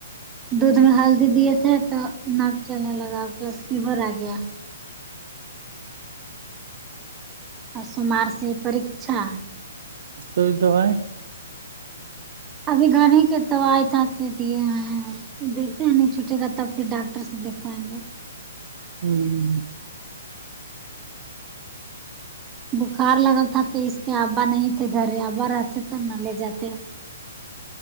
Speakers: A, on the right; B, on the right.
A: دودھ میں ہلدی دیے تھے تو ناک چلنے لگا ا کے فیور آ گیا اور سمار سے پرکچھا
B: سر دبائی
A: ابھی گھر ہی کے دوائت تھا تو دیے ہیں دیکھتے ہیں نہیں چھوٹے گا تب پھر ڈاکٹر سے دیکوائیں گے
B: ہمم
A: بکھار لگا تھا تیز اس کے ابا نہیں تھے گھر ابا رہتے تب نہ لے جاتے